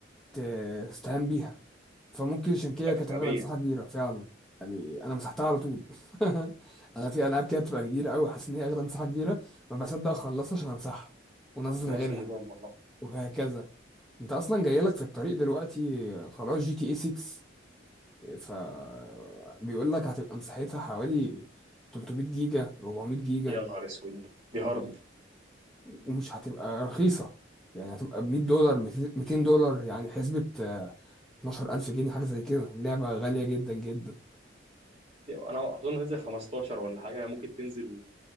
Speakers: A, in the centre; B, on the right.
A: ت- تستهان بيها فممكن عشان كده
B: لا كانت
A: كانت
B: غبيه
A: واخده مساحه كبيره فعلا يعني انا مسحتها على طول <laughs> انا في العاب كده بتبقى كبيره قوي حاسس ان هي واخده مساحه كبيره ما بصدق اخلصها عشان امسحها وانزل
B: نفس
A: غيرها
B: النظام والله
A: وهكذا انت اصلا جايلك في الطريق دلوقتي خلاص جي تي اي 6 ف بيقول لك هتبقى مساحتها حوالي 300 جيجا 400 جيجا
B: يا نهار اسود دي هارد
A: و... ومش هتبقى رخيصة يعني هتبقى ب 100 دولار 200 دولار يعني حسبة آه، 12000 جنيه حاجة زي كده اللعبة غالية جدا جدا
B: انا اظن هتنزل 15 ولا حاجه ممكن تنزل